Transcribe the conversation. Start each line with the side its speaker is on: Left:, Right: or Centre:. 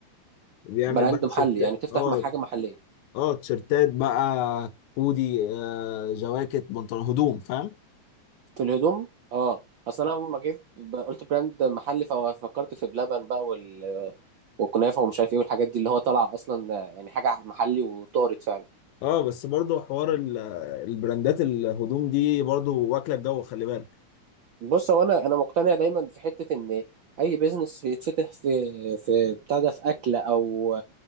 Left: بيعمل
Right: براند
Left: بقى تيشيرتات
Right: محلي يعني تفتح
Left: اه
Right: مع حاجة محلية
Left: اه تيشيرتات بقى هودي آه جواكت بنطلون هدوم فاهم
Right: في الهدوم اه أصل أنا لما جيت ب- قلت براند محلي ففكرت في بلبن بقى وال- والكنافة ومش عارف إيه والحاجات دي اللي هو طالعة أصلا آه، يعني حاجة محلي وطارت فعلا
Left: اه بس برضو حوار ال- البراندات الهدوم دي برضو واكله الجو خلي بالك
Right: بص هو انا انا مقتنع دايما في حته ان اي بيزنس يتفتح في في بتاع ده في اكل او